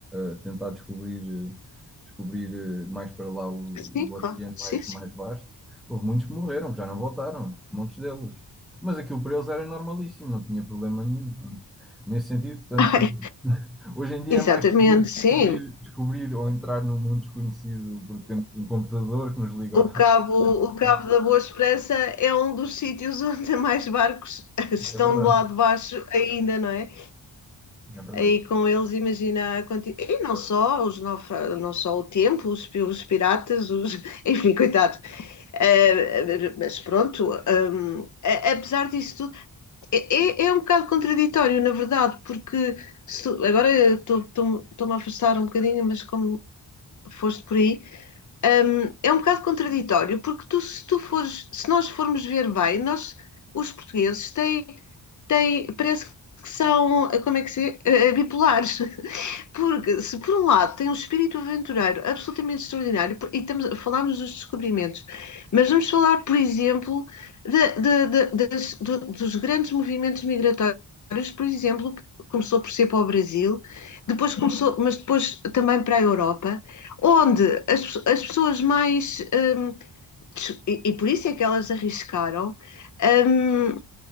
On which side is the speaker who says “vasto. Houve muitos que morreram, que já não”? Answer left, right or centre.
Centre